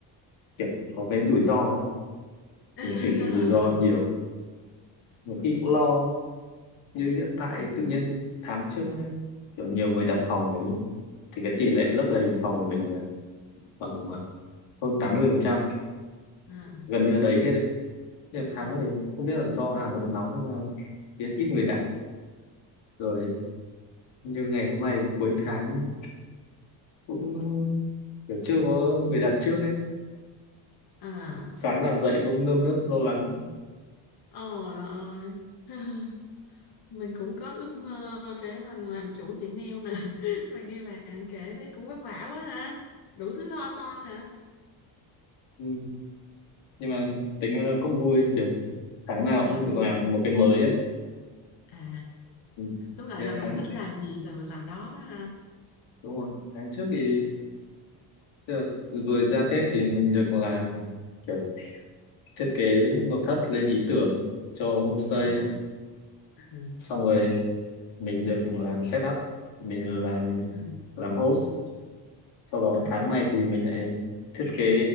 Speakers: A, on the left; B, on the left.
A: kiểu có cái rủi ro ấy
B: <laughs> Đúng
A: mình chịu rủi ro nhiều một khi cũng lo như hiện tại tự nhiên tháng trước nhá kiểu nhiều người đặt phòng mình ấy, thì cái tỷ lệ lấp đầy phòng của mình là khoảng ờ, hơn tám mươi phần trăm
B: rồi.
A: gần như là đầy hết đấy nhưng tháng
B: à, <laughs> à, à.
A: này không biết là do Hà Nội nóng hay sao biết ít người đặt rồi như ngày hôm nay đến cuối tháng cũng kiểu chưa có người đặt trước ấy
B: À,
A: sáng nào dậy cũng nơm nớp lo lắng
B: ôi ơi. <laughs> mình cũng có ước mơ trở thành làm chủ tiệm nail nè <laughs> mà nghe bạn kể thấy cũng vất vả quá ha đủ thứ lo toan hả
A: ừ. nhưng mà tính ra cũng vui kiểu tháng nào
B: à
A: cũng được
B: vui
A: làm
B: hả?
A: một cái mới á
B: à
A: ừ.
B: tóm lại
A: Thì
B: là mình
A: tháng
B: thích làm gì là mình làm đó đó ha
A: đúng rồi tháng trước thì tức là vừa ra Tết thì mình được làm kiểu thiết kế nội thất lên ý tưởng cho homestay
B: à à
A: xong rồi mình được làm setup mình làm
B: à,
A: làm host sau đó
B: à.
A: tháng này thì mình lại thiết kế